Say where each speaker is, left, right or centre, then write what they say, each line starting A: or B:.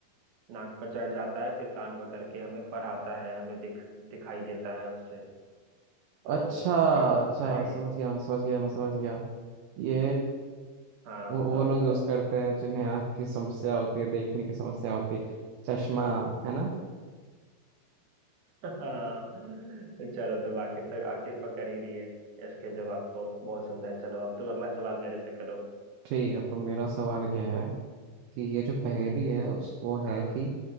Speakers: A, on the right; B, on the right.
A: नाक पर चढ़ जाता है फिर कान पकड़ के हमें पढ़ाता है हमें दिख दिखाई देता है उससे तो
B: अच्छा
A: क्या हो सकता
B: अच्छा
A: है
B: समझ
A: ये
B: गया मैं समझ गया मैं समझ गया ये
A: हाँ
B: वो
A: बताओ
B: वो लोग
A: बताओ
B: यूज करते हैं जिन्हें आँख की समस्या होती है देखने की समस्या होती है चश्मा है ना
A: हाँ चलो तुम आखिर तक आखिर पकड़ ही लिए इसके जवाब को बहुत सुंदर चलो अब तुम अगला सवाल मेरे से करो
B: ठीक है तो मेरा सवाल ये है कि ये जो पहेली है उस वो
A: हाँ
B: है कि